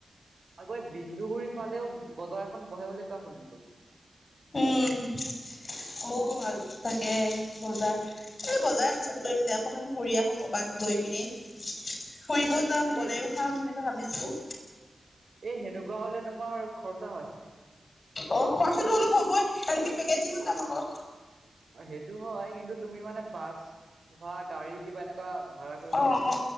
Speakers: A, on the right; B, on the left.
A: আকৌ এই, বিন্দুগুৰি ফালেও, বজাৰ এখন বহে বুলি কোৱা শুনিছোঁ।
B: উম, <unintelligible> তাকে বজাৰ। এই বজাৰ পিছত কৰিম দিয়া প্ৰথম ফুৰি আহো কবাত গৈ মেলি ফুৰিব যাম
A: তাকে
B: বনাইও
A: এই
B: খাম সেনেকে ভাবিছো।
A: এ সেনেকুৱা হলে তোমাৰ খৰচা হয়
B: অ খৰচাটো অলপ হ'বই এনেকে পেকেজিঙত যাম আকৌ।
A: সেইটো হয়। কিন্তু তুমি মানে বাছ বা গাড়ী কিবা এনেকুৱাঁ ভাড়া কৰিব
B: অ
A: লাগিব।
B: অ